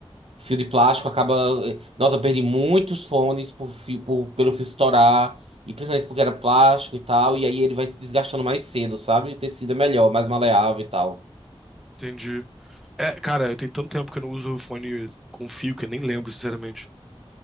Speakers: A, on the right; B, in the centre.
A: Fio de plástico acaba. Nossa, eu perdi muitos fones por fio, por- pelo fio estourar, e principalmente porque era plástico e tal, e aí ele vai se desgastando mais cedo, sabe? O tecido é melhor, mais maleável e tal.
B: Entendi. É, cara, tem tanto tempo que eu não uso o fone com fio que eu nem lembro, sinceramente.